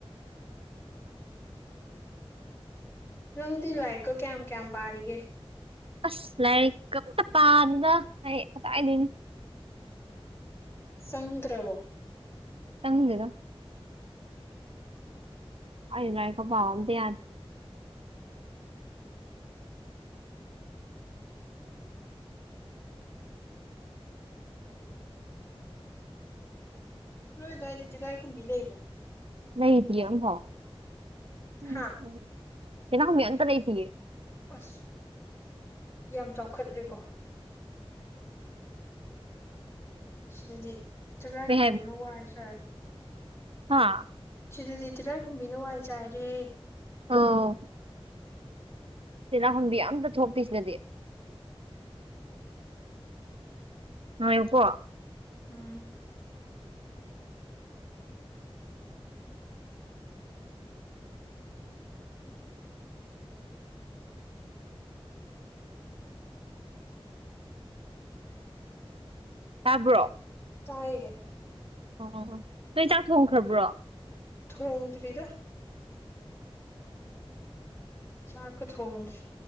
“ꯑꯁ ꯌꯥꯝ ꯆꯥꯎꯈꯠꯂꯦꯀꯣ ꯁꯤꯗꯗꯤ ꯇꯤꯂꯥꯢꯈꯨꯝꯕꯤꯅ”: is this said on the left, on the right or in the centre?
Left